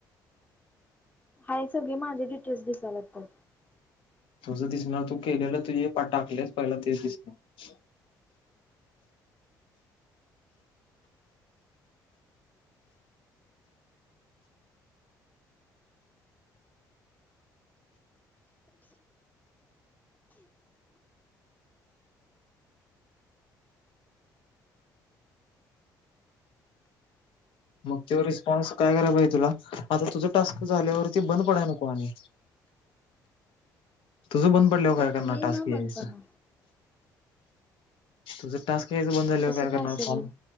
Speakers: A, on the left (about 15°); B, on the left (about 60°).
A: हाय हे सगळे माझे डिटेल्स दिसायला लागतात.
B: तुझं दिसणार तू केलेलं तुजे पन टाकलेस पहिला तेच दिसणार. मग तेव्हा रिस्पॉन्स काय करायला पाहिजे तुला आता तुझं टास्क झाल्यावरती बंद पडाय नको आणि तुझ बंद पडल्यावर
A: मग तेच
B: काय करणार
A: नाही
B: टास्क
A: ना
B: यायचं
A: बंद पडणार.
B: तुझं टास्क तेज बंद झाल्या
A: कसं
B: काय करणार
A: असं
B: फॉर्म
A: होईल